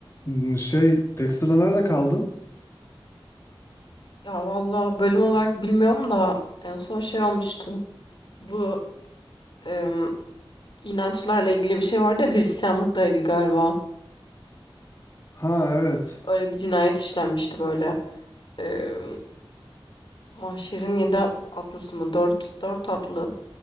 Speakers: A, on the left (about 30°); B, on the left (about 55°).
A: Hmm, Şey, Dexter'da nerede kaldın?
B: Ya valla bölüm olarak bilmiyorum da en son şey olmuştu. Bu em, inançlarla ilgili bir şey vardı ya Hristiyanlıkla ilgili galiba.
A: Ha evet.
B: Öyle bir cinayet işlenmişti böyle. Em, Mahşer'in yedi atlısı mı? Dört, dört atlı.